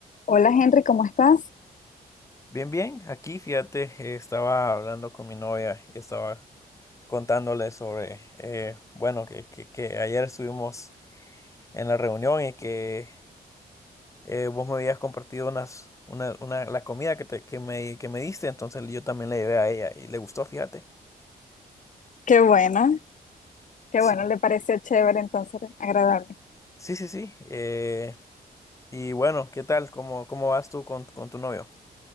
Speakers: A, on the left; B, on the left.
A: Hola Henry, ¿cómo estás?
B: Bien, bien, aquí fíjate, eh, estaba hablando con mi novia y estaba contándole sobre, eh, bueno, que, que, que ayer estuvimos en la reunión y que eh, vos me habías compartido unas, una, una, la comida que, te, que me, que me diste, entonces yo también la llevé a ella y le gustó, fíjate.
A: Qué bueno, qué
B: Sí.
A: bueno, le pareció chévere, entonces agradable.
B: Sí, sí, sí. eh, y bueno, ¿qué tal? ¿Cómo, cómo vas tú con, con tu novio?